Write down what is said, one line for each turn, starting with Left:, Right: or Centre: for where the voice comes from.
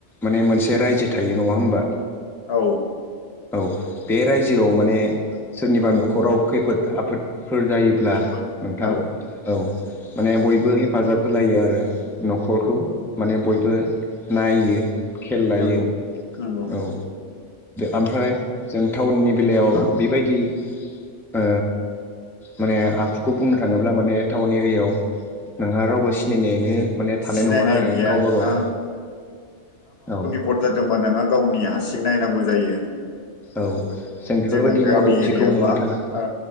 Centre: माने मोनसे रायजो थायो नङा होमबा
Left: औ
Centre: औ बे रायजोआव माने सोरनिबा न'खराव खैफोद आफोदफोर जायो ब्ला
Left: खैफोद
Centre: नोंथां
Left: औ
Centre: औ माने बयबो हेफाजाब होलायो आरो न'खरखौ माने बयबो नायो खेल लायो
Left: नंगौ नंगौ
Centre: औ ओमफ्राय जों टाउननि बेलायाव बेबायदि ओ माने आखुखौ बुंनो थाङोब्ला माने टावननि सिरियाव नोंहा रावबो सि सिनायनो माने थानाय
Left: सिनायनाय
Centre: नङा आरो
Left: गैया
Centre: गावबा
Left: नोंहा
Centre: गाव औ
Left: सपर्ट जादोंबा नोङो गावनि हारसिं नायनांगौ जायो।
Centre: औ जों बेफोरबायदि
Left: जोङो गामि
Centre: मददथिखौ
Left: एरियायावबा
Centre: मोननो थाङा।
Left: औ